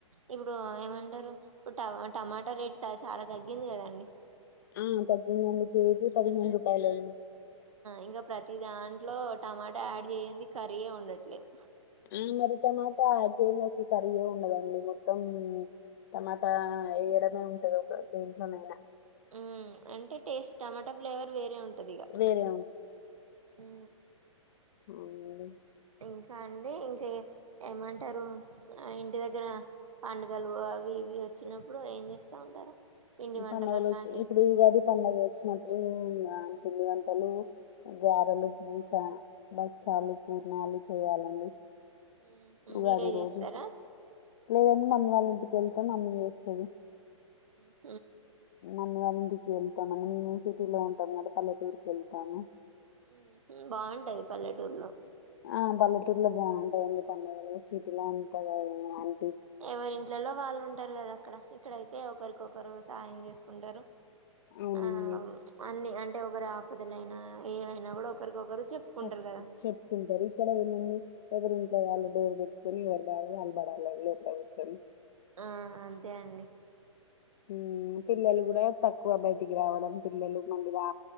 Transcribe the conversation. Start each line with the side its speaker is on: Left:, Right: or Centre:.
Right: ఇప్పుడు ఏమంటరు? డు ఇప్పుడు టమా టమాట రేట్ త చాలా తగ్గిందికదండి.
Left: ఆ తగ్గిందండి కేజీ పదిహేను రూపాయలం
Right: ఇంక ప్రతి దాంట్లో టమాటా యాడ్ చేయ్యంది కర్రీయే ఉండట్లేద్
Left: ఆ మరి టమాటా యాడ్ చేయంది అసలు కర్రీయె ఉండదండి మొత్తం టమాటా వేయడమే ఉంటది ఒక దేంట్లోనైనా
Right: ఊ అంటే టేస్ట్ టమాటా ఫ్లేవర్ వేరే ఉంటది ఇగ
Left: వేరే
Right: ఊ
Left: ఊ <unintelligible>
Right: ఇంకా అండి ఇంకే ఏమంటారు ప్చ్ ఇంటి దగ్గర పండుగలు అవి ఇవి వచ్చినప్పుడు ఏం చేస్తా ఉంటారు. పిండి వంటలు
Left: పండగలు
Right: అట్లాంటివి
Left: వచ్చి, ఇప్పుడు ఉగాది పండగ వచ్చినప్పుడు ఇంగ. పిండివంటలు, గారెలు, పూస, బక్ చాలు పూర్ణాలు చేయాలన్ అండి
Right: ఉమ్ ఉమ్
Left: ఉగాది
Right: మీరే
Left: ఈరోజు
Right: చేస్తారా
Left: లేదండి అమ్మ వాల్లింటికి ఎంత మనీ ఏసిన్
Right: ఊ
Left: నన్ను గానీ ఇంటికి కెళ్తన్నము, మేము సిటీలో ఉంటాము కదా పల్లెటూరుకెళ్తాము
Right: ఉమ్ బాగుంటది పల్లెటూరులో
Left: ఆ పల్లెటూరులో బాగుంటాదండి పండగలు సిటీలో అంతగా ఏ అన్
Right: ఎవరి ఇంట్లలో వాళ్ళు ఉంటారు కదా అక్కడ, ఇక్కడైతే ఒకరికొకరు సాయం చేస్ ఉండరు
Left: అవునండి
Right: ఆ అవును ప్చ్ అన్ని అన్ ఒకరు ఆపదలైనా ఏవైనా గూడా ఒకరికొకరు చెప్పుకుంటారు
Left: అ
Right: కదా
Left: చెప్పుకుంటారు ఇక్కడ ఏముంది. ఎవరి ఇంట్లో వాళ్ళు డోరు పెట్టుకొని ఎవరి బాధ వాళ్ళు పడాల లోపడా కూర్చొని.
Right: ఆ అంతే అండి.
Left: ఉమ్ పిల్లలు కూడా తక్కువ బ ఇది కావడం పిల్లలు ముందు రా